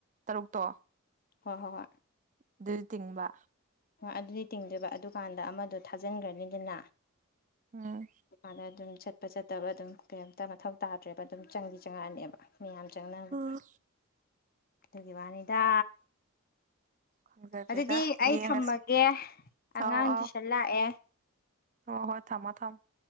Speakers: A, on the right (about 35°); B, on the left (about 45°).
A: ꯇꯔꯨꯛꯇꯣ
B: ꯍꯣꯏ ꯍꯣꯏ ꯍꯣꯏ
A: ꯑꯗꯨꯁꯨ ꯇꯤꯡꯕ
B: ꯍꯣꯏ ꯑꯗꯨꯗꯤ ꯇꯤꯡꯗꯣꯏꯕ ꯑꯗꯨꯀꯥꯟꯗ ꯑꯃꯗꯣ ꯊꯥꯖꯤꯟꯈ꯭ꯔꯅꯤꯗꯅ
A: ꯎꯝ
B: ꯃꯥꯅ ꯑꯗꯨꯝ ꯆ ꯆꯠꯄ ꯆꯠꯇꯕ ꯑꯗꯨꯝ ꯀꯩꯝꯇ ꯃꯊꯧ ꯇꯥꯗ꯭ꯔꯦꯕ ꯑꯗꯨꯝ ꯆꯪꯗꯤ ꯆꯪꯉꯛꯑꯅꯦꯕ ꯃꯌꯥꯝ ꯆꯪꯅꯕꯗꯣ
A: ꯎꯝ
B: ꯑꯗꯨꯒꯤ ꯋꯥꯅꯤꯗ
A: ꯈꯪꯖꯗꯦꯗ
B: ꯑꯗꯨꯗꯤ ꯑꯩ
A: ꯌꯦꯡꯉꯁꯦ
B: ꯊꯝꯃꯒꯦ ꯑꯉꯥꯡ
A: ꯑꯥꯎ ꯑꯥꯎ
B: ꯇꯨꯏꯁꯟ ꯂꯥꯛꯑꯦ
A: ꯍ ꯍꯣꯏ ꯊꯃꯣ ꯊꯝ